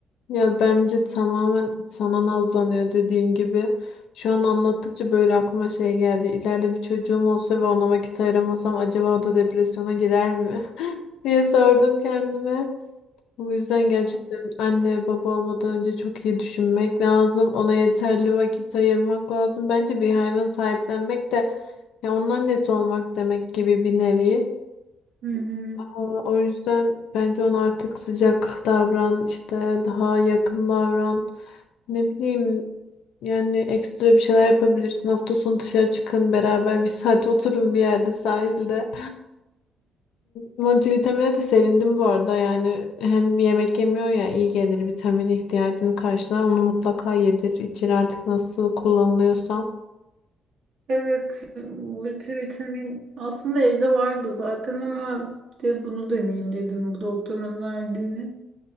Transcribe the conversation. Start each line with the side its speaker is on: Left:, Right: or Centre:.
Left: Ya bence tamamen sana nazlanıyor dediğin gibi. Şu an anlattıkça böyle aklıma şey geldi. İleride bir çocuğum olsa ve ona vakit ayıramasam acaba o da depresyona girer mi? <laughs> diye sordum kendime. Bu yüzden gerçekten anne baba olmadan önce çok iyi düşünmek lazım. Ona yeterli vakit ayırmak lazım. Bence bir hayvan sahiplenmek de ya onun annesi olmak demek gibi bir nevi.
Right: Hı hı.
Left: Aa, O yüzden bence ona artık sıcak davran, işte daha yakın davran. Ne bileyim yani ekstra bir şeyler yapabilirsin. Hafta sonu dışarı çıkın beraber bir saat <laughs> oturun bir yerde sahilde. Multivitamine de sevindim bu arada. Yani hem yemek yemiyor ya iyi gelir vitamin ihtiyacını karşılar. Onu mutlaka yedir, içir artık nasıl kullanılıyorsa.
Right: Evet, multivitamin aslında evde vardı zaten ama bir de bunu deneyeyim dedim bu doktorun verdiğini.